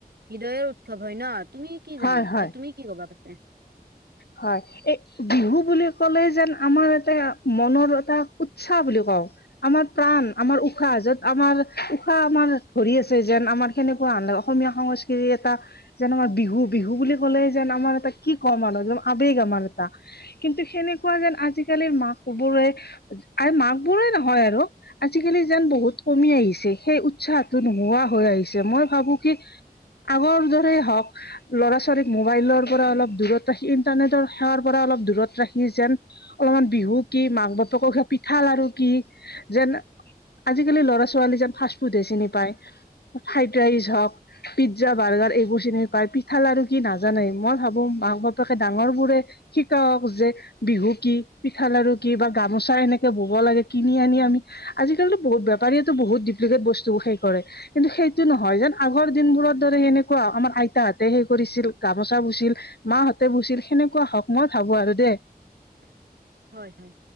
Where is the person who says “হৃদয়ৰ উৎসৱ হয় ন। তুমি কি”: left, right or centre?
Right